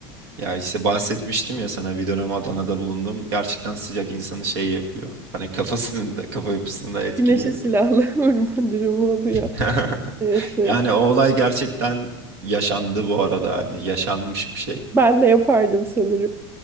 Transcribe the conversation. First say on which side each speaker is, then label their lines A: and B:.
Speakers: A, on the right (about 70°); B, on the right (about 15°).
A: Ya işte bahsetmiştim ya sana bir dönem Adana'da bulundum. Gerçekten sıcak insanı şey yapıyor. Hani kafasını da, kafa yapısını da etkiliyor.
B: Güneşe silahla <laughs> vurma durumu oluyor.
A: <laughs>
B: Evet, evet.
A: Yani o olay gerçekten yaşandı bu arada. Hani yaşanmış bir şey.
B: Ben de yapardım sanırım.